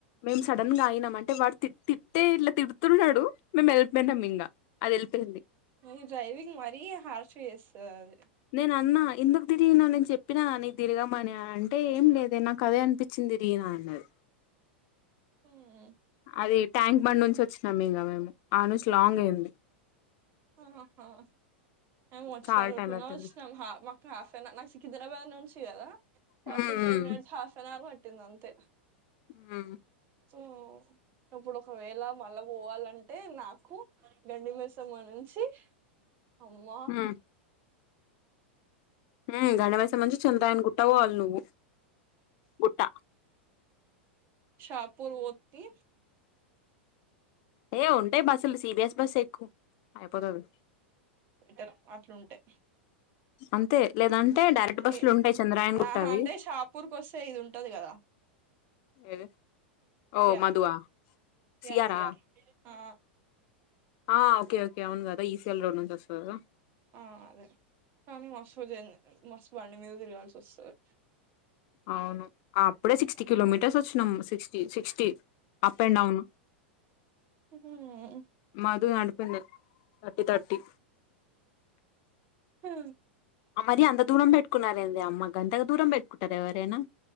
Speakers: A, on the left; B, on the right.
A: మేము సడన్ గా అగినాం అంటే వాడు తిట్టే ఇట్లా తి డుతున్నాడు మేము వెళ్ళిపోయినాం ఇంకా అది వెళ్ళిపోయింది
B: అది డ్రైవింగ్ మరీ హార్ష్ చేస్తుది అది
A: నేను అన్నా ఇందుకు తిరిగి నా మీద చెప్పినా వ అ నీకు తిగమని అ అంటే ఏం లేదే నాకు అదే అనిపించింది ది దిగిన అన్నాడు
B: హ్మా
A: అది ట్యాంక్ బండ్ నుంచి వచ్చినాం ఇంకా మేము ఆ నుంచి లాంగ్ అయ్యింది
B: ఆహా ఆహా మేమ్ వచ్చె
A: చాలా
B: రూట్‌లోనే
A: టైం పట్టింది
B: వచ్చినామ్ హాఫ్ అన్ అవర్ నాకు సికింద్రాబాద్ నుంచి కదా forty
A: hmm
B: five minutes half an hour పట్టి పట్టింది అంతే
A: హు
B: సో అప్పుడు ఒకవేళ మళ్ళా పోవాలంటే నాకు గండిమేసమని సి అమ్మ
A: హ్మ్ హ్మ్ గండి మైసమ్మ నుంచి చండ్రాయన గుట్టకి పోవాల నువ్వు గుట్ట
B: షాపుర్ పోతి
A: ఏ ఉంటాయి బస్సులు సిబిఎస్ బస్ ఎక్కు అయిపోతాది
B: బెటర్ అట్లుంటే
A: అంతే లేదంటే డైరెక్ట్ బస్సులు
B: ఏ-
A: ఉంటాయి చంద్రాయన గుట్టవి
B: ఆహా అంటే షాపూర్ కి వస్తే ఇది ఉంటది కదా
A: ఏ ఓ
B: సిఆర్
A: మధువా
B: సిఆర్
A: సియారా
B: సిఆర్ ఆ
A: ఆ ఓకే ఓకే అవును కదా ఈ సి ఎల్ రోడ్ నుంచి కదా
B: ఆ అదే కానీ వస్తూది అన్నారు మస్తు బండి మీద తిరగాల్సి వస్తుది
A: అవును అప్పుడే సిక్స్టీ కిలోమీటర్స్ వచ్చి నాము sixty sixty up and down
B: వస్తది
A: మధు అండ్ <inaudible> తర్టీ తర్టీ
B: హ
A: మరీ అంత దూరం పెట్టుకున్నారేందే అమ్మ గంతగా దూరం పెట్టుకుంటార ఎవరైనా